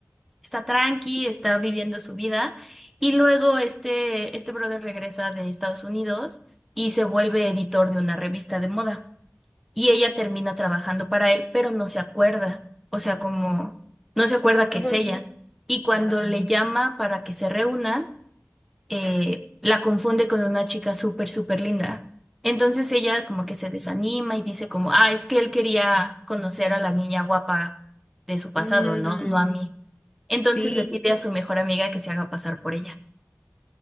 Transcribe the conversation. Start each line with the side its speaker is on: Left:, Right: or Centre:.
Centre: está tranqui, está viviendo su vida. Y luego este, este brother regresa de Estados Unidos y se vuelve editor de una revista de moda y ella termina trabajando para él, pero no se acuerda, o sea, como no se acuerda que
Left: Ajá.
Centre: es ella. Y cuando
Left: Ah,
Centre: le llama para que se reúnan, eh, la confunde con una chica súper, súper linda. Entonces ella como que se desanima y dice como, ah, es que él quería conocer a la niña guapa de su pasado,
Left: mm,
Centre: ¿no? No a mí. Entonces
Left: sí,
Centre: le pide a su mejor amiga que se haga pasar por ella.